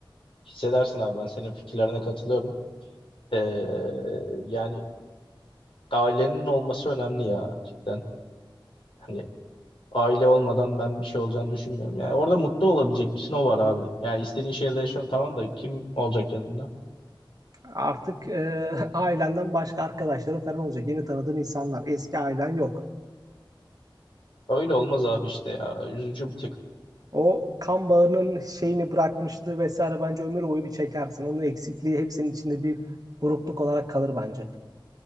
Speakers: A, on the left (about 80°); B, on the right (about 45°).
A: hissedersin abi ben senin fikirlerine katılıyorum. E, yani ailenin olması önemli ya cidden. Hani Aile olmadan ben bir şey olacağını düşünmüyorum. Yani orada mutlu olabilecek bir sınav var abi. Yani istediğin şehirde yaşıyorsun tamam da kim olacak yanında?
B: Artık e, <laughs> ailenden başka arkadaşların falan olacak. Yeni tanıdığın insanlar. Eski ailen yok.
A: Öyle olmaz abi işte ya. Üzücü bir tık.
B: O kan bağının şeyini bırakmıştı vesaire bence ömür boyu bir çekersin. Onun eksikliği hepsinin içinde bir burukluk olarak kalır bence.